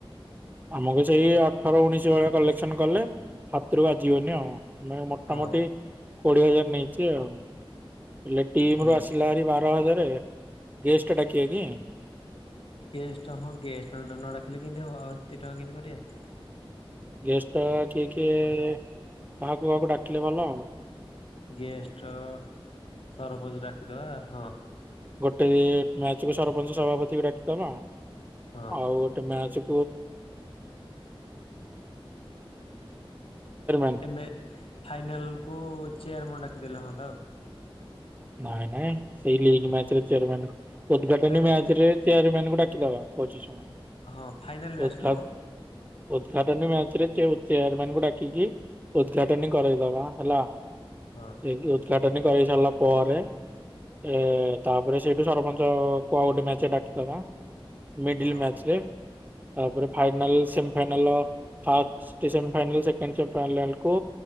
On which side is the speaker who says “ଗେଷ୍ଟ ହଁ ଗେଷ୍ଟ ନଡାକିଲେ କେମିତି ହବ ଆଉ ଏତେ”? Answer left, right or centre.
Left